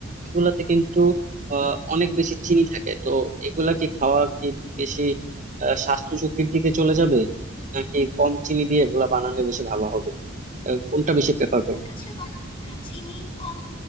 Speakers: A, on the right; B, on the left.
A: এগুলাতে কিন্তু আহ, অনেক বেশি চিনি থাকে তো এগুলা কি খাওয়া কি বেশি আহ, স্বাস্থ্য ঝুঁকির দিকে চলে যাবে নাকি কম চিনি দিয়ে এগুলা বানানো বেশি ভালো হবে আহ, কোনটা বেশি প্রেফার
B: আমার
A: করবেন
B: কাছে মনে হয় চিনি কম